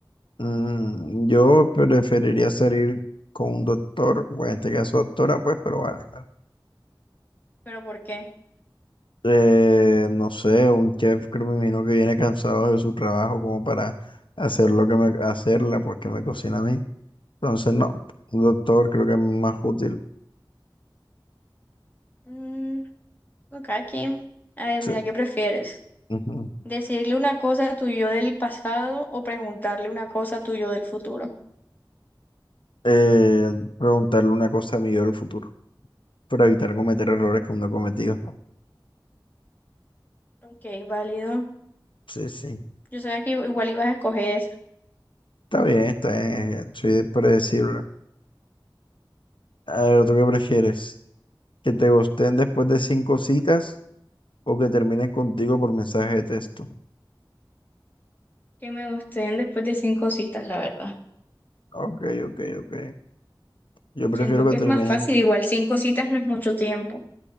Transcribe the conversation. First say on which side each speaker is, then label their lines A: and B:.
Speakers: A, on the left; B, on the left.
A: Mm, yo preferiría salir con un doctor, o en este caso doctora, pues, pero vale.
B: ¿Pero por qué?
A: Eh, no sé, un chef que me imagino que viene cansado de su trabajo como para hacer lo que me, hacerla, pues que me cocina a mí. Entonces, no, un doctor creo que es más útil.
B: Mm, ok, aquí. A ver,
A: Sí.
B: mira, ¿qué prefieres?
A: ujú.
B: ¿Decirle una cosa a tu yo del pasado o preguntarle una cosa a tu yo del futuro?
A: Eh, preguntarle una cosa a mí yo del futuro, para evitar cometer errores que uno ha cometido. ¿no?
B: Ok, válido.
A: Sí, sí.
B: Yo sabía que igual ibas a escoger esa.
A: Está bien, está bien, eh, soy predecible. A ver, ¿tú qué prefieres? Que te gusten después de cinco citas o que terminen contigo por mensaje de texto.
B: que me gusten después de cinco citas, la verdad.
A: Ok, ok, ok. Yo prefiero
B: Siento que
A: que terminen
B: es más fácil, igual cinco citas no es mucho tiempo. O